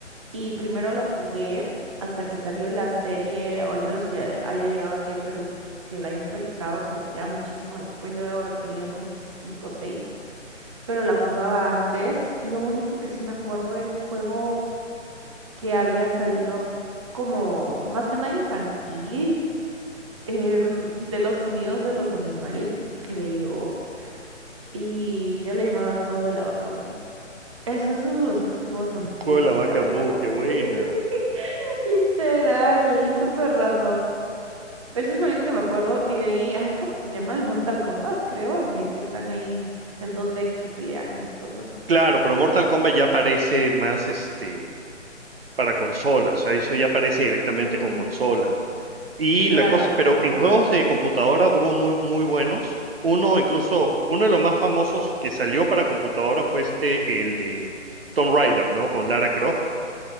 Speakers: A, on the right (about 25°); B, on the right (about 50°).
A: Y primero lo jugué hasta que salió la serie, o al menos que haya llegado aquí al Perú, que la hayan proyectado, como que ya muchísimo después. Yo debo haber tenido como que cinco o seis, pero la jugaba antes. Lo único que sí me acuerdo era un juego que había salido como más que nada infantil, em, de los sonidos de los animales, creo. Y yo le llamaba el juego de la vaca mu. Ese es uno de los únicos juegos antiguos
B: juego de la vaca
A: que recuerdo.
B: mu, qué
A: <laughs>
B: buena.
A: Literal, súper random. Pero eso es lo único que me acuerdo. Y de ahí, ay, ¿cómo se llama? El Mortal Kombat, creo, en el que están ahí en dos d que se pelean y esas cosas.
B: Claro, pero Mortal Kombat ya aparece más, este, para consolas, o sea, eso ya aparece directamente
A: Ujú,
B: con consola. Y
A: claro.
B: la cosa, pero
A: Ah,
B: en juegos de computadora hubo muy, muy buenos. Uno, incluso, uno de los más famosos que salió para computadora fue este, el de Tomb Raider, ¿no? Con Lara Croft,